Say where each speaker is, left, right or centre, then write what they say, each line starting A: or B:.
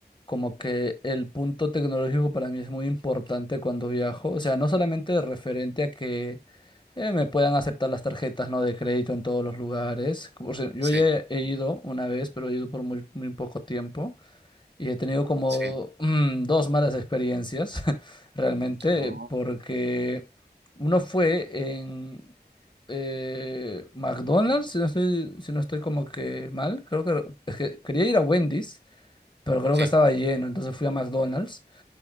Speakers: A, on the left; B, on the right.
A: como que el punto tecnológico para mí es muy importante cuando viajo. O sea, no solamente referente a que eh, me puedan aceptar las tarjetas, ¿no? de crédito en todos los lugares. O sea, yo
B: Sí,
A: ya he ido una vez, pero he ido por muy, muy poco tiempo y he tenido como
B: sí,
A: <clears throat> mm, dos malas experiencias, <laughs> realmente,
B: no,
A: porque uno fue en... eh, McDonald's, si no estoy, si no estoy como que mal, creo que es que quería ir a Wendy's, pero creo
B: sí,
A: que estaba lleno, entonces fui a McDonald's